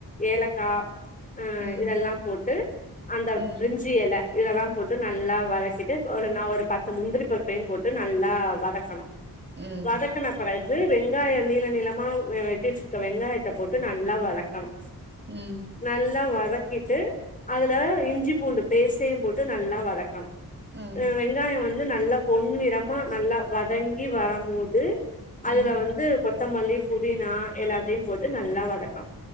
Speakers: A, on the left; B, on the right.
A: ஏலக்கா அ
B: ம்
A: இதெல்லா போட்டு அந்த
B: ம்
A: பிரரிஞ்சு இல இதெல்லா போட்டு நல்லா வதக்கிட்டு ஒரு நான் ஒரு பத்து முந்திரி பருபையும் போட்டு நல்லா வதக்கணும்
B: ம்
A: வதக்கண பிறகு கு வெங்காயோ நீள நீளமா வெ வெட்டி வெச்சுக்க வெங்காயத்த போட்டு நல்லா வதக்கணு
B: ம்
A: நல்லா வ வதக்கிட்டு அதுல இஞ்சி பூண்டு பேஸ்ட்டையு போட்டு நல்லா வதக்கணு
B: ம்
A: அ வெங்காயோ வந்து நல்லா பொண்நிறமா நல்லா வதங்கி வரமோது அதுல
B: ம்
A: வந்து கொ த்தமல்லி புதினா எல்லாத்தையு போட்டு நல்லா வதக்கணு